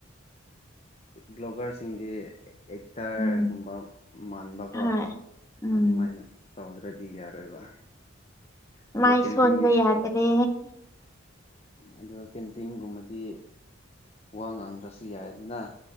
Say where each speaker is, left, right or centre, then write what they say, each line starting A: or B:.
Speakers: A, on the left; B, on the left.
A: ꯕ꯭ꯂꯣꯒꯔꯁꯤꯡꯗꯤ ꯑꯦꯛꯇꯔꯒꯨꯝꯕ
B: ꯎꯝ
A: ꯃꯥꯟꯕꯀꯣ
B: ꯍꯣꯏ ꯎꯝ
A: ꯑꯗꯨꯃꯥꯏꯅ ꯇꯧꯗ꯭ꯔꯗꯤ ꯌꯥꯔꯣꯏꯕ ꯑꯗꯣ
B: ꯃꯥꯏꯁꯣꯟꯟꯕ
A: ꯀꯦꯝꯄꯤꯡꯒꯤ
B: ꯌꯥꯗ꯭ꯔꯦ
A: ꯑꯗꯨꯒ ꯀꯦꯝꯄꯤꯡꯒꯨꯝꯕꯗꯤ ꯋꯥ ꯉꯥꯡꯗ꯭ꯔꯁꯨ ꯌꯥꯏ ꯑꯗꯨꯅ